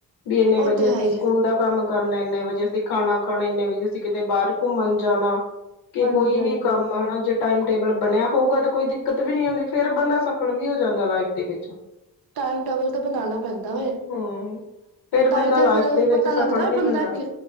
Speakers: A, on the left; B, on the right.
A: ਵੀ ਇੰਨੇ
B: ਉਹ
A: ਵਦੀਆ
B: ਤੇ
A: ਅਸੀਂ
B: ਹੈ ਈ
A: ਸਕੂਲ ਦਾ ਕੰਮ ਕਰਨਾ ਏਨੇ ਵਜੇ ਅਸੀਂ ਖਾਨਾ ਖਾਨੈ ਏਨੇ ਵਜੇ ਅਸੀਂ ਕਿਤੇ ਬਾਰ ਘੁੰਮਨ ਜਾਨਾ। ਕੇ
B: ਹਾਂਜੀ
A: ਕੋਈ
B: ਹਾਂਜੀ
A: ਵੀ ਕੰਮ ਐ ਹਨਾ ਜੇ ਟਾਈਮ ਟੇਬਲ ਬਨੇਆ ਹੋਊਗਾ ਤਾਂ ਕੋਈ ਦਿੱਕਤ ਵੀ ਨਈ ਔਂਦੀ ਫੇਰ ਬੰਦਾ ਸਫਲ ਵੀ ਹੋ ਜਾਂਦਾ ਲਾਈਫ ਦੇ ਵਿੱਚ।
B: ਟਾਈਮ ਟੇਬਲ ਤੇ ਬਨਾਨਾ ਪੈਂਦਾ ਏ।
A: ਹੂੰ ਫੇਰ
B: ਤਾਂਈ
A: ਬੰਦਾ
B: ਤੇ
A: ਲਾਈਫ
B: ਫੇਰ
A: ਦੇ ਵਿੱਚ
B: ਪਤਾ
A: ਸਫਲ
B: ਲੱਗਦਾ ਐ
A: ਵੀ
B: ਬੰਦਾ
A: ਹੁੰਦਾ।
B: ਅੱਗੇ